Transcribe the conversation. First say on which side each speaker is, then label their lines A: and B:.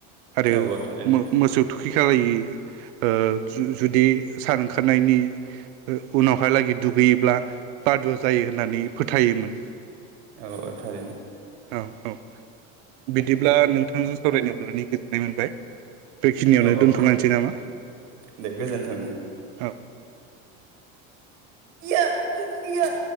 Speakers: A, on the right; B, on the right.
A: आरो
B: औ औ थारैनो
A: मो- मोसौ थुखै <unintelligible> ओ जुदि सान ओंखारनायनि ओ उनावहालागै दुगैयोब्ला बादुवा जायो होननानै फोथायोमोन
B: औ औ थारैनो
A: औ औ बिदिब्ला नोंथांजों सावरायनो मोननानै गोजोननाय मोनबाय बेखिनियावनो
B: औ
A: दोनथ'लायनोसै
B: औ
A: नामा
B: दे गोजोन्थों
A: औ
B: <unintelligible> यो